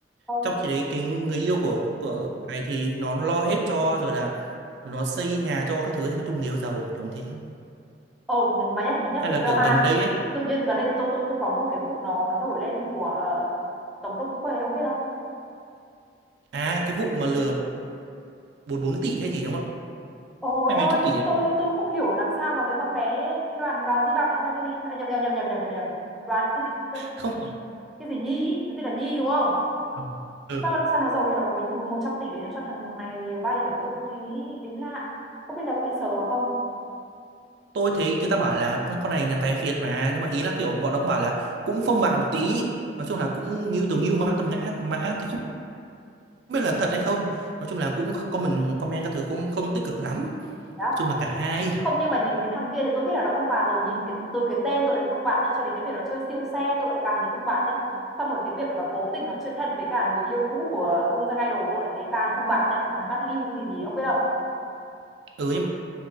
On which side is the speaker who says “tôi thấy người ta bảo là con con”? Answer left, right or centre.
Right